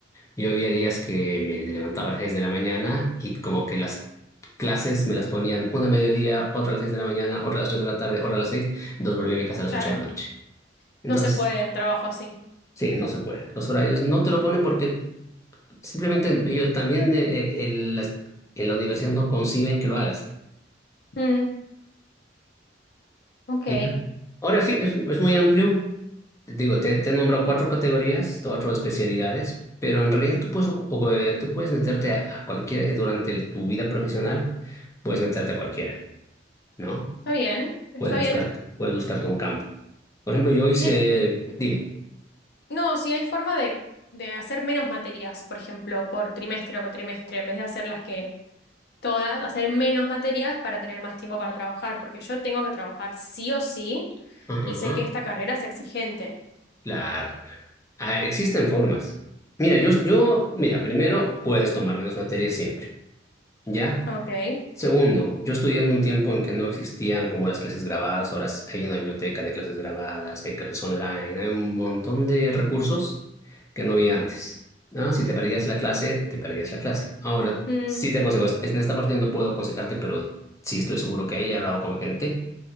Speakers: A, on the left; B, on the left.
A: Yo había días que me levantaba a las 6 de la mañana y como que las clases me las ponían una a mediodía, otra a las 6 de la mañana, otra a las 3 de la tarde, otra a las seis entonces volví a mi casa a las
B: claro.
A: 8 de la noche. Entonces,
B: No se puede un trabajo así.
A: sí, no se puede. Los horarios no te lo ponen porque simplemente ellos también eh, eh, en, las- en la universidad no conciben que lo hagas.
B: Mm, ok,
A: Ya. Ahora sí, es, es muy amplio, Digo, te, te he nombrado cuatro categorías, cuatro especialidades, pero en realidad tú puedes, ocu- o, eh, tú puedes meterte a, a cualquiera, eh, durante el- tu vida profesional, puedes meterte a cualquiera, ¿no?
B: está bien, está
A: Puedes buscar,
B: bien.
A: puedes buscarte un campo. Por ejemplo, yo hice,
B: Y hay-
A: dime,
B: no, si hay forma de, de hacer menos materias, por ejemplo, por trimestre o cuatrimestre, en vez de hacer las que todas, hacer menos materias para tener más tiempo para trabajar, porque yo tengo que trabajar sí o sí
A: ajá,
B: y sé que esta carrera es exigente.
A: claro, Ah, existen formas. Mira, yo, yo, mira, primero puedes tomar menos materias siempre, ¿ya?
B: Ok.
A: Segundo, yo estudié en un tiempo en que no existían como las clases grabadas, ahora s- hay una biblioteca de clases grabadas, hay clases online, hay un montón de recursos que no había antes. ¿no? Si te perdías la clase, te perdías la clase. Ahora,
B: Mm,
A: sí te aconsejo, es- en esta parte no puedo aconsejarte, pero sí estoy seguro que he hablado con gente